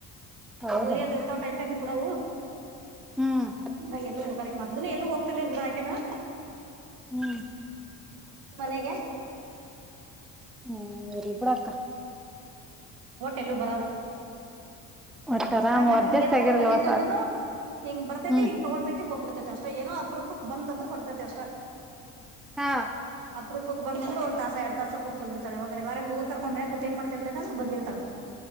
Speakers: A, in the centre; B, on the right.
A: ಹೌದಾ
B: ಗೋಲಿಿಯ ಅದು ಇರ್ತಾವ ಟೈಮ್ ಟೈಮ್ಗೆ ಕೂಡವು
A: ಹ್ಮ್
B: ನ ಎಲ್ಲೂ ಹೋಗಕ್ಕೆ ಮೊದ್ಲುನ ಎಲ್ಲೂ ಹೋಗ್ತಲ್ ಬುಡು ಯಾಕೆನಾ
A: ಹ್ಮ್
B: ಮನೆಗೆ
A: ಹ್ಮ್ ರಿ ಪಡಾಕ
B: ಹೋಟೆಲ್ಲೂ ಬರಲ್ಲ
A: ಒಟ್ಟ ಆರಾಮ್
B: ಹಂಗ
A: ಅಡ್ಜಸ್ಟ್
B: ಹಿಗದ
A: ಆಗಿರಲ್ವ
B: ಕರೆ ಬಂದಿತ್ತು
A: ಸಾಕು
B: ಅಂದ್ನು ಹಿಂಗ ಬರ್ತೈತಿ
A: ಹ್ಮ್
B: ಹಿಂಗ ತಗೊತೈತಿ ಹೋಗ್ಬಿಡ್ತೈತಿ ದಷ್ಟ ಏನೋ ಆಪ್ರೂಪಕ್ ಬಂತ್ ಅಂದ್ರೆ ಬರ್ತೈತೆ ಅಷ್ಟ
A: ಹಾ
B: ಅಪ್ರುಪಕ್ ಬಂದ್ಲ ಒಂದ ತಾಸ ಎರಡು ತಾಸ ಕುೂುೋಗಿತಾಳೆ ಬಾರೆ ಹುಡುಗ ಕರ್ಕೊಂಡ ಮನೆ ಕೂತಏನ್ ಮಾಡತ ಅಂತಂದ ಬಂದಿರ್ತ್ತಾಳೆ